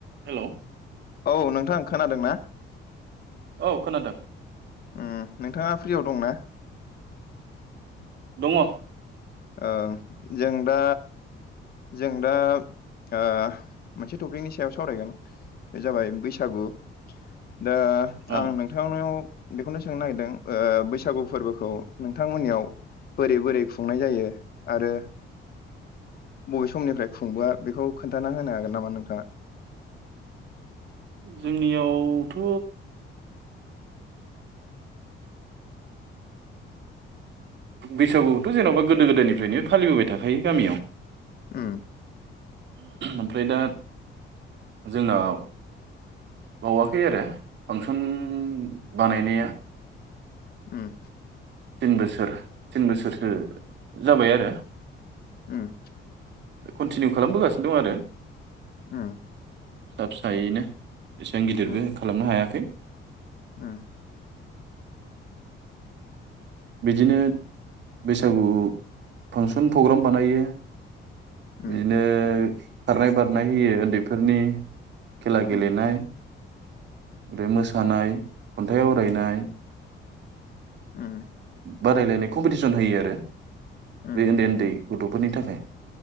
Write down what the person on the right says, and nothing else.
हेल'
औ खोनादों
दंङ
दं औ
जोंनियावथ' बैसागुखौथ' जेन'बा गोदो गोदायनिफ्रायनो फालिबोबाय थाखायो गामियाव
ओमफ्राय दा जोंनाव बावाखै आरो फांसन बानायनाया
तिन बोसोर तिन बोसोरसो जाबाय आरो।
कन्टिनिउ खालामबोगासिनो दं आरो।
फिसा फिसायैनो एसेबां गिदिरबो
खालामनो हायाखै
बिदिनो बैसागु फांसन प्रग्राम बानायो।
बिदिनो खारनाय बारनाय होयो उन्दैफोरनि खेला गेलेनाय
ओमफाय मोसानाय खन्थाइ आवरायनाय
बादायलायनाय कम्पिटिसन होयो आरो
बे ओन्दै ओन्दै गथ'फोरनि थाखाय